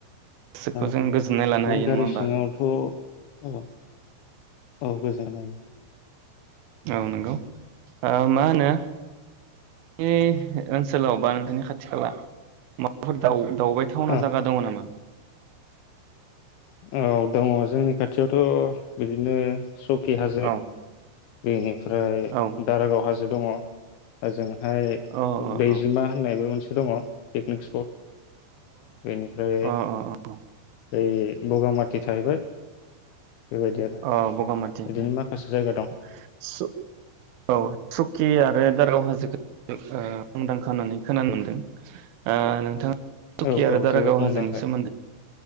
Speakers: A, on the right; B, on the left.
A: गोसोखौ
B: औ ओमफाय
A: जों गोजोननाय लानो हायो
B: गारि
A: नङा होमबा
B: सिङावथ औ औ गोजोन्नाय
A: औ नोंगौ। ओ मा होनो ऐ ओन्सोलाव बा नोंथांनि खाथि खाला माबाफोर दाव-दावबायथावना
B: औ
A: जागा दङ नामा?
B: औ दङ। जोंनि खाथियावथ बिदिनो सखि हाजो
A: औ
B: बेनो। ओमफ्राय
A: औ
B: दारागाव हाजो दङ। दा जों फाय
A: अ अ
B: दैजिमा
A: अ
B: होन्नायबो मोनसे दङ पिकनिक स्पट। बेनिफ्राय
A: अ अ अ
B: बै बगामाथि थाहैबाय बेबायदि आरो
A: अ बगामाथि
B: बिदिनो माखासे जायगा दं।
A: औ। आरो दारगाव हाजोखो ओ मुंदांखा होन्नानै खोनानो मोन्दों। ओ नोंथां थुकि
B: औ
A: आरो
B: औ
A: दारागाव
B: जोबोद मुंदांखा
A: हाजोनि सोमोन्दै